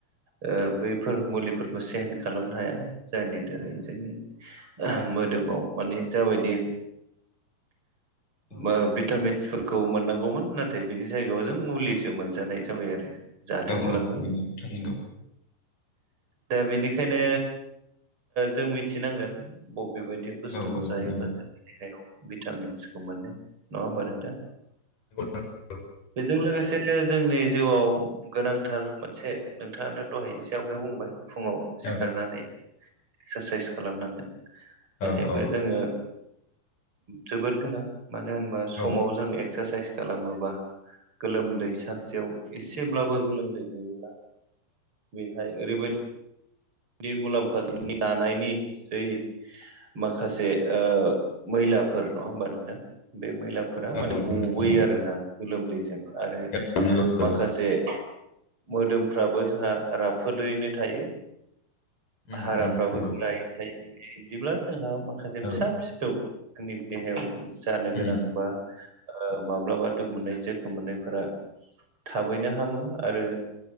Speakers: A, on the right; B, on the left.
A: ओ बैफोर मुलिफोरखौ सेहेन खालामनो हाया जायनि थाखाय जों मोदोमाव माने जाबायदि
B: औ
A: बा बिटामिन सोरखौ मोननांगौमोन नाथाय बिनि जायगायाव जों मुलिसो मोनजानाय जाबाय आरो। जादोंब्लाबो
B: औ औ नंगौ नोंथां नंगौ
A: दा बेनिखायनो जों मिथिनांगोन बबेबायदि बुस्थुखौ
B: औ औ
A: जायोबा
B: नंगौ
A: जोंनि देहायाव भिटामिन्सखौ मोनो नङा होमबा नोंथां।
B: औ औ
A: बेजों लोगोसेनो जोंनि जिउआव गोनांथार मोनसे नोंथाङानोा दहाय एसे आवगायाव बुंबाय फुंङाव सिखारनानै
B: औ
A: एक्सारसाइस खालामनांगोन बेहायबो
B: औ औ
A: जोंङो जोबोद गोनां मानो होनबा समाव
B: औ
A: जों एक्सारसाइस खालामोबा गोलोमदै सानसेयाव एसेब्लाबो गोलोमदै गयोब्ला बेहाय ओरैबाय दि मुलाम्फ दानायनि जै माखासे मैलाफोर नङा होमबा नोंथां बे मैलाफोरा
B: औ
A: माने गबोयो
B: नोंथां नंगौ
A: आरोना गोलोमदैजों आरो
B: औ नंगौ नंगौ
A: माखासे मोदोमफ्राबो जोंहा राफोदैनो थायो।
B: उम
A: हाराफ्राबो
B: उम नंगौ
A: गोरायैनो थायो बिदिब्ला जोंहा माखासे
B: औ
A: फिसा फिसा जोंनि देहायाव जानो
B: उम
A: गोनां बा ओ माब्लाबा दुखु मोननाय जोखोम मोननायफोरा थाबैनो हामो आरो